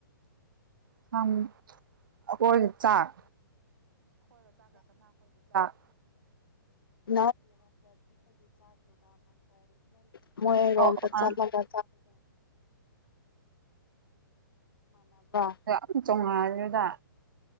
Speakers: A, on the right; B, on the left.
A: <inaudible> ꯑꯩꯈꯣꯏꯒꯤ ꯆꯥꯛ <inaudible>
B: <inaudible> <inaudible> ꯃꯣꯏꯔꯣꯝꯗ
A: ꯑꯣ ꯑꯣ
B: ꯆꯠꯂꯒ
A: ꯑꯥ
B: <unintelligible>
A: ꯌꯥꯝ ꯇꯣꯡꯉꯥꯟꯂꯦꯗ